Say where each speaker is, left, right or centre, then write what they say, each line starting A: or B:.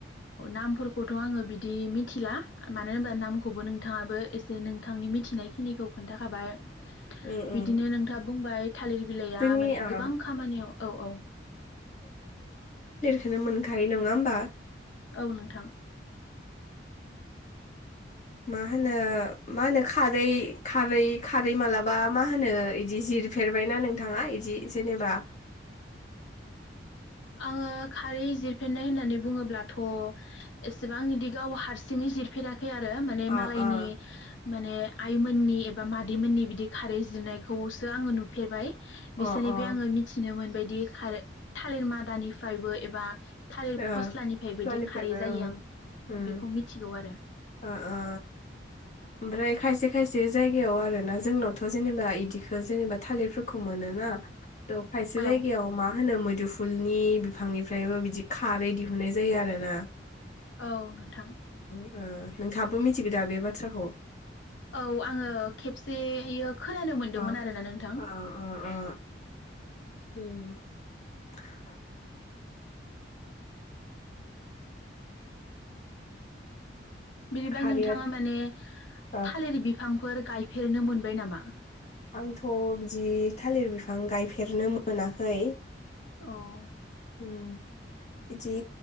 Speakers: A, on the left; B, on the left.
A: नामफोरखौथ' आङो बिदि मिथिला मानो होनबा नामखौबो नोंथाङाबो एसे नोंथांनि मिथिनायखिनिखौ खोन्थाखाबाय
B: उम उम
A: बिदिनो नोंथाङा बुंबाय थालिर बिलाइया
B: जोंनि
A: माने
B: ओ
A: गोबां खामानियाव औ औ
B: खौनो मोनखायो नङा होमबा
A: औ नोंथां
B: मा होनो मा होनो खारै खारै खारै मालाबा मा होनो इदि जिरफेरबायना नोंथाङा इदि जेनेबा
A: आङो खारै जिरफेरनाय होननानै बुङोब्लाथ' एसेबां बिदि गाव हारसिङै जिरफेरा खै आरो माने
B: अ
A: मालायनि
B: अ
A: माने आइमोननि एबा मादैमोननि बिदि खारै जिरनायखौसो आङो नुफेरबाय।
B: अ
A: बिसोरनिफ्राय
B: ओ
A: आङो मिथिनो मोनबाय दि खारै थालिर मादानिफ्रायबो एबा थालिर
B: बिफानिफ्रायबो
A: फस्लानिफ्राय बोदि खारै जायो
B: ओं
A: आं
B: उम
A: बेखौ मिथिगौ आरो
B: ओ ओ ओमफ्राय खायसे खायसे जायगायाव आरोना जोंनावथ' जेनेबा इदिखौ जेनेबा थालिरफोरखौ मोनोना थ' खायसे
A: औ
B: जायगायाव मा होनो मो दुफुलनि बिफांनिफ्रायबो बिदि खारै दिहुननाय जायो आरो ना
A: औ नोंथां।
B: ओ नोंथाबो मिथिगौ दा बे बाथ्राखौ?
A: औ आङो खेबसेयो खोनानो मोनदोंमोन
B: अ
A: आरोना नोंथां
B: अ अ अ अ <inaudible>
A: बिदिबा
B: खारैया
A: नोंथाङा माने
B: ओ
A: थालिर बि फांफोर गायफेरनो मोनबाय नामा?
B: आंथ' बिदि थालिर बिफां गायफेरनो मोनाखै।
A: औ
B: ओम बिदि